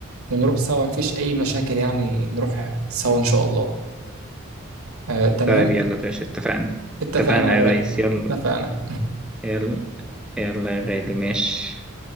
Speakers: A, on the right (about 85°); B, in the centre.
A: ونروح سوا مفيش اي مشاكل يعني نروح سوا ان شاء الله آه تمام
B: طيب يلا يا باشا اتفقنا
A: اتفقنا
B: اتفقنا
A: يا غالي
B: يا ريس يلا
A: اتفقنا
B: يلا يلا يا غالي ماشي